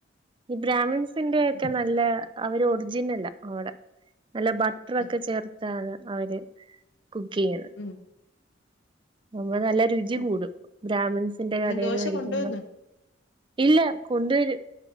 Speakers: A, on the right; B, on the left.
A: ഈ ബ്രാഹ്മൺസിന്റെ ഒക്കെ
B: ഉം
A: നല്ല അവര് ഒർജിനല അവടെ നല്ല ഭ ത്രോക്ക
B: അതെ
A: ചേർത്താണ് അവര് കുക്ക് ചെയ്യുന്നെ
B: ഉം
A: അപ്പ നല്ല രുചി
B: ഉം
A: കൂടും ബ്രാഹ്മിൺസിന്റെ
B: പിന്നെ
A: കടെന്ന്
B: ദോശ
A: മേടിക്കുമ്പം
B: കൊണ്ടുവന്നോ
A: ഇല്ല കൊണ്ടുവരും